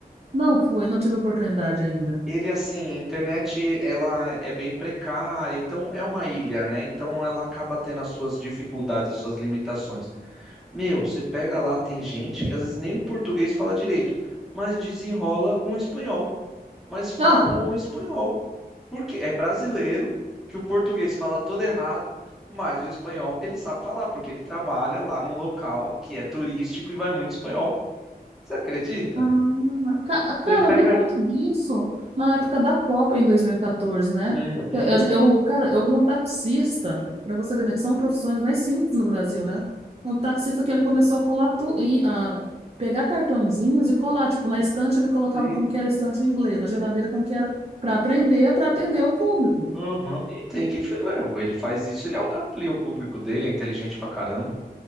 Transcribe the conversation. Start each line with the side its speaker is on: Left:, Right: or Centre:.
Right: Não fui, não tive oportunidade ainda.
Centre: Ele assim, a internet ela é bem precária, então é uma ilha, né? Então ela acaba tendo as suas dificuldades, as suas limitações. Meu, você pega lá, tem gente que às vezes nem o português fala direito, mas desenrola um espanhol, mas fala
Right: <laughs>
Centre: um espanhol. Porque é brasileiro que o português fala todo errado, mas o espanhol ele sabe falar, porque ele trabalha lá num local que é turístico e vai muito espanhol. Você acredita?
Right: Ah, ca- cara,
Centre: Você pega.
Right: eu vi muito disso na época da Copa em 2014, né?
Centre: Uhum,
Right: Eu, eu- cara, eu vi um taxista, para você ver, né, que são profissões mais simples no Brasil, né? Um taxista que ele começou a colar tu, e, a pegar cartãozinhos e colar, tipo, na estante ele colocava
Centre: sim,
Right: como que era a estante em inglês, na geladeira como que era, para aprender, para atender o público.
Centre: uhum. E tem que. fe- é, Ele faz isso, ele amplia o público dele, é inteligente pra caramba.